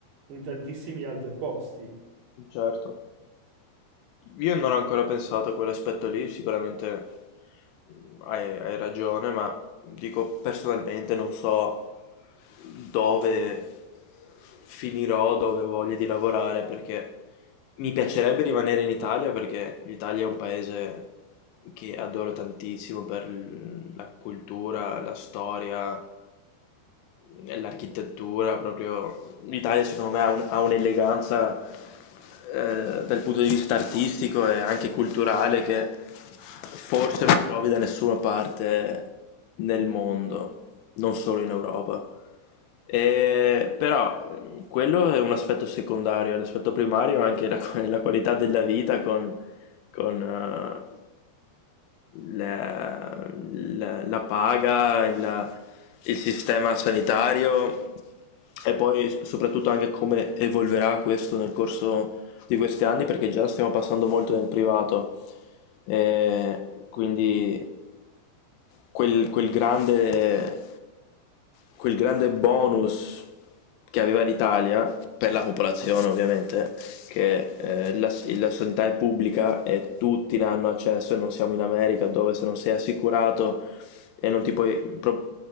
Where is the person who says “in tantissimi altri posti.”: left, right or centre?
Right